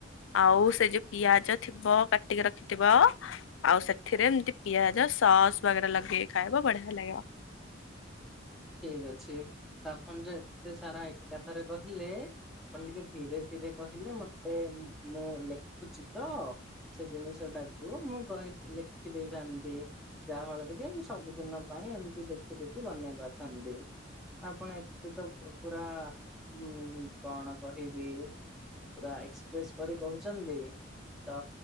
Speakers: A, on the left; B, in the centre.
A: ଆଉ ସେ ଯୋଉ ପିଆଜ ଥିବ କାଟିକି ରଖିଥିବ ଆଉ ସେଥିରେ ଏମତି ପିଆଜ ସସ୍ ବଗେରା ଲଗେଇ ଖାଏବ ବଢ଼ିଆ ଲାଗିବ।
B: ଠିକ୍ ଅଛି ତ ଆପଣ ଯୋଉ ଏତେ ସାରା ଏକାଥରେ କହିଲେ ଆପଣ ଟିକେ ଧୀରେ ଧୀରେ କହିଲେ ମତେ ମୁଁ ଲେଖୁଛି ତ। ସେ ଜିନିଷ ଟାକୁ ମୁଁ କହି ଲେଖି ଦେଇଥାନ୍ତି। ଯାହା ଫଳରେ କି ଆମେ ସବୁଦିନ ପାଇଁ ଏମିତି ଦେଖି ଦେଖି ବନେଇ ପାର ଥାନ୍ତି ଆପଣ ଏତେ ତ ପ ପୁରା ମୁଁ କଣ କହିବି। ପୁରା ଏକ୍ସପ୍ରେସ ପରି କହୁଚନ୍ତି ତ।